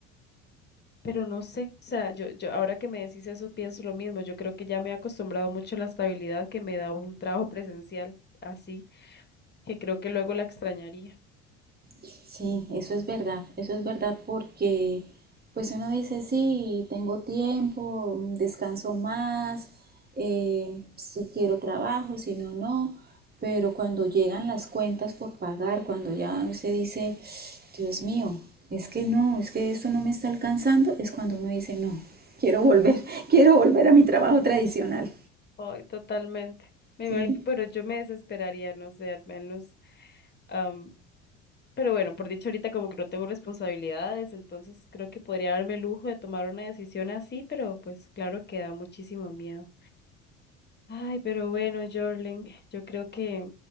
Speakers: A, on the left; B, on the right.
A: pero no sé, o sea, yo, yo ahora que me decís eso pienso lo mismo, yo creo que ya me he acostumbrado mucho a la estabilidad que me da un trabajo presencial así, que creo que luego la extrañaría.
B: Sí, eso es verdad, eso es verdad porque pues uno dice, sí, tengo tiempo, descanso más, eh, si quiero trabajo, si no, no, pero cuando llegan las cuentas por pagar, cuando ya usted dice, Dios mío, es que no, es que esto no me está alcanzando, es cuando uno dice, no, quiero volver, <laughs> quiero volver a mi trabajo tradicional.
A: Ay, totalmente. Me
B: Sí,
A: imagino, pero yo me desesperaría, no sé, al menos. am, pero bueno, por dicho ahorita como que no tengo responsabilidades, entonces creo que podría darme el lujo de tomar una decisión así, pero pues claro que da muchísimo miedo. Ay, pero bueno, Jorlen, yo creo que,